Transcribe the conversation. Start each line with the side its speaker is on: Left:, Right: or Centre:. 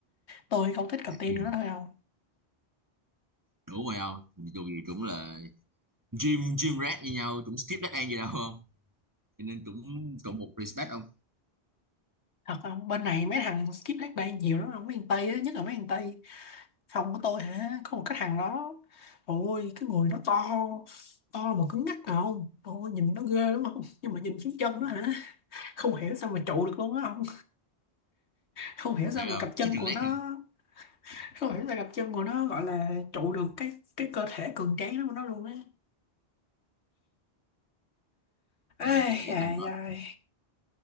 Left: tôi không thích cặp tiên
Right: ừ,
Left: nữa thôi không
Right: đủ rồi không dù gì cũng là gym gym rat như nhau cũng skip dead end gì đâu không cho nên cũng cộng một respect không
Left: thật không bên này mấy thằng skip leg day nhiều lắm không mấy thằng tây á nhất là mấy thằng tây phòng của tôi hả có một cái thằng đó ôi cái người nó to to mà cứng ngắc à không ôi nhìn nó ghê lắm không nhưng mà nhìn xuống chân nó hả không hiểu sao mà trụ được luôn á không không hiểu sao
Right: thiệt
Left: mà
Right: không
Left: cặp chân
Right: chứ leg
Left: của nó
Right: hay không
Left: không hiểu sao cặp chân của nó gọi là trụ được cái cái cơ thể cường tráng đó của nó luôn á
Right: rồi
Left: ê
Right: suy nghĩ
Left: dài
Right: tầm cỡ
Left: ai